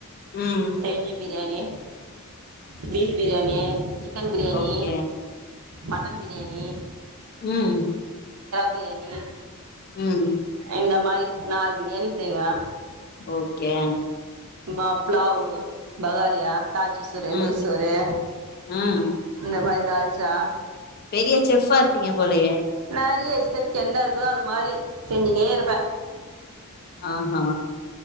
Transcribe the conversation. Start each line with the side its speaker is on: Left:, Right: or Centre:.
Left: உம்
Right: செஞ்சு biryani beef biryani chicken biryani
Left: okay
Right: mutton biryani
Left: உம்
Right: பேணி
Left: உம்
Right: இந்த மாரி நாலு பிரியாணி செய்வே
Left: ஓகே ஹ
Right: மா ப்ளாவு பகாரியா தாள்ச்ச சோறு
Left: ம்
Right: நெய் சோறு
Left: ம்
Right: இந்த மாதி தால்ச்சா
Left: பெரிய செஃப்பா இருப்பீங்க போலயே
Right: நெறைய இஷ்டத்துக்கு என்ன இருக்குதோ அது மாரி செஞ்சுனே இருப்பே
Left: ஆஹா